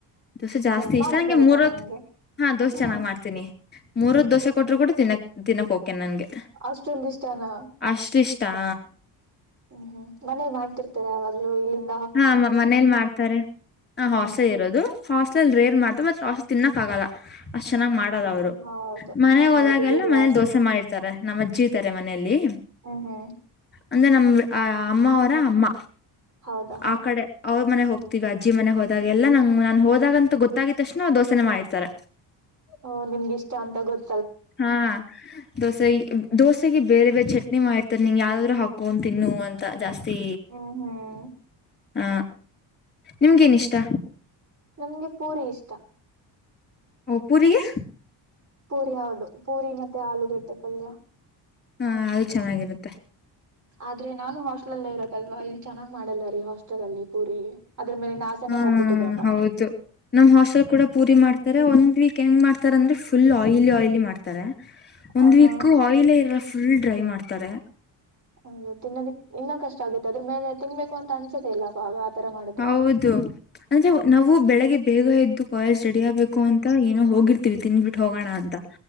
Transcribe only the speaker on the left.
ದೋಸೆ, ಜಾಸ್ತಿ
ಇಷ್ಟ! ನಂಗೆ,
ಮೂರತ್,
ಹಾ ದೋಸೆ,
ಚೆನ್ನಾಗ್,
ಮಾಡ್ತೀನಿ! <inaudible> ಮೂರೆ, ದೋಸೆ ಕೊಟ್ರು!
ಕೂಡ ತಿನಾಕೆ, ದಿನಕ್ಕೆ... <inaudible> ನನ್ಗೆ,
ಅಷ್ಟು, ಇಷ್ಟ. <inaudible>
ಹಾ, ಮನೇಲಿ ಮಾಡ್ತಾರೆ! ಹ,
ಹಾಸ್ಟೆಲ್
ಇರೋದು. ಹಾಸ್ಟೆಲ್ ರೇರ್ ಮಾಡ್ತ, ಮತ್ತ. <inaudible> ದೋಸೆ ತಿನ್ನಕ್ಕಾಗಲ್ಲ! <inaudible> ಅಷ್ಟ್, ಚೆನ್ನಾಗಿ ಮಾಡಲ್ಲ
ಅವರು,
ಮನೆ ಹೋದಾಗೆಲ್ಲ
ಮನೇಲಿ
ದೋಸೆ, ಮಾಡಿರುತ್ತಾರೆ, ನಮ್ಮ, ಅಜ್ಜಿ ಇರುತ್ತಾರೆ, ಮನೆಯಲ್ಲಿ? <inaudible>
ಅಂದ್ರೆ ನಮ್ ಅಮ್ಮ ಅವರ ಅಮ್ಮ
ಆ ಕಡೆ ಅವರು ಅ ಮನೆ ಹೋಗ್ತೀವಿ ಅಜ್ಜಿ ಮನೆ ಹೋದಾಗ ಎಲ್ಲ ನಂಗ್ ನಾನ್ ಹೋದಾಗ ಅಂತ ಗೊತ್ತಿದ ತಕ್ಷಣ ದೋಸೆನೆ ಮಾಡಿರ್ತಾರೆ
ಹಾ ದೋಸೆ ದೋಸೆಗೆ ಬೇರೆ ಬೇರೆ ಚಟ್ನಿ ಮಾಡಿರ್ತಾರೆ ನಿನಗೆ ಯಾವ್ದಾದ್ರು ಹಾಕೋ ತಿನ್ನು ಅಂತ ಜಾಸ್ತಿ
ಹ ನಿಮಗೆ ಏನ್ ಇಷ್ಟ
ಪೂರಿಗೆ
ಹಾ ಅದು ಚೆನ್ನಾಗಿರುತ್ತೆ
ಹಾ
ಹೌದು
ನಮ್ ಹಾಸ್ಟೆಲ್ ಕೂಡ ಪೂರಿ ಮಾಡ್ ಒಂದ್ ವೀಕ್ ಹೆಂಗ ಮಾಡ್ತಾರ ಅಂದ್ರೆ ಫುಲ್ ಆಯಿಲಿ ಆಯ್ಲಿ ಮಾಡ್ತಾರೆ ಒಂದ್
ವೀಕ್
ಆಯಿಲ ಇರಲ್ಲ ಫುಲ್ ಡ್ರೈ ಮಾಡ್ತಾರೆ
ಹೌದು ಅಂದ್ರೆ ನಾವು ಬೆಳಗ್ಗೆ ಬೇಗ ಎದ್ದು ಕಾಲೇಜ್ ರೆಡಿ ಆಗ್ಬೇಕು ಅಂತ ಏನೋ ಹೋಗಿರ್ತೀವಿ ತತಿಂದುಬಿಟ್ಟು ಹೋಗೋಣ ಅಂತ